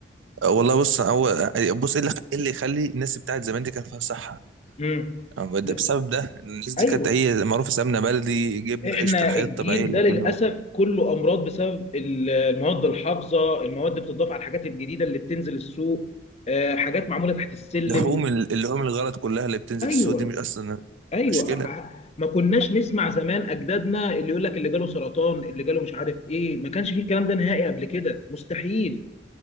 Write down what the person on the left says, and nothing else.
امم
لا
ايوه
احنا
الجيل
ده للاسف
كله امراض بسبب ال- المواد الحافظه المواد بتضاف على الحاجات الجديده اللي بتنزل السوق آه، حاجات معموله تحت السلم
ايوه
ايوه
ع- ما كناش نسمع زمان اجدادنا اللي يقول لك اللي جاله سرطان اللي جاله مش عارف ايه ما كانش فيه الكلام ده نهائي قبل كده مستحيل